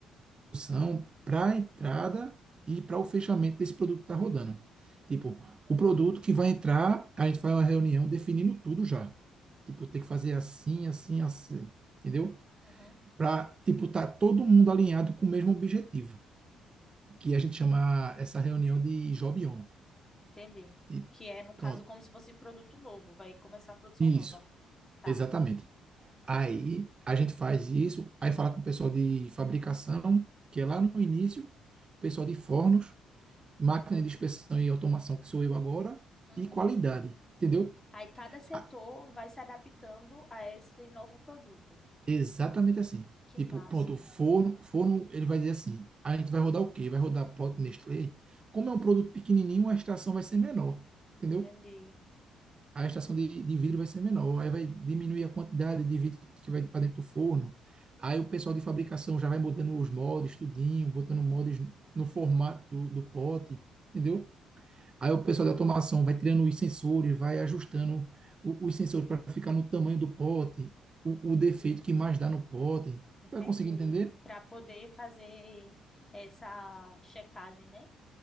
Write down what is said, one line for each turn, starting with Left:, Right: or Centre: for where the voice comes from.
Right: produção para a entrada e para o fechamento desse produto que está rodando. Tipo, o produto que vai entrar, a gente faz uma reunião definindo tudo já. Tipo, tem que fazer assim, assim, assim, entendeu?
Left: Uhum.
Right: Para, tipo, tá todo mundo alinhado com o mesmo objetivo, que a gente chama essa reunião de job on.
Left: Entendi.
Right: Tipo,
Left: Que é, no caso,
Right: pronto.
Left: como se fosse produto novo, vai começar a produção
Right: Isso,
Left: nova. Tá.
Right: exatamente. Aí a gente faz isso, aí fala com o pessoal de fabricação, que é lá no início, pessoal de fornos, máquina de inspeção e automação, que sou eu agora,
Left: Uhum.
Right: e qualidade, entendeu?
Left: Aí cada setor
Right: Ah,
Left: vai se adaptando a esse novo produto.
Right: Exatamente assim.
Left: Que
Right: Tipo,
Left: massa.
Right: pronto, o forno, forno, ele vai dizer assim, a gente vai rodar o quê? Vai rodar produto Nestlé? Como é um produto pequenininho, a extração vai ser menor, entendeu?
Left: Entendi.
Right: A extração de, de vidro vai ser menor, aí vai diminuir a quantidade de vidro que vai para dentro do forno. Aí o pessoal de fabricação já vai mudando os moldes, tudinho, botando
Left: Uhum.
Right: moldes no formato do, do pote, entendeu? Aí o pessoal da automação vai tirando os sensores, vai ajustando o- os sensores para ficar no tamanho do pote, o, o defeito que mais dá no pote.
Left: Entendi.
Right: Vai conseguir entender?
Left: Para poder fazer essa checagem, né?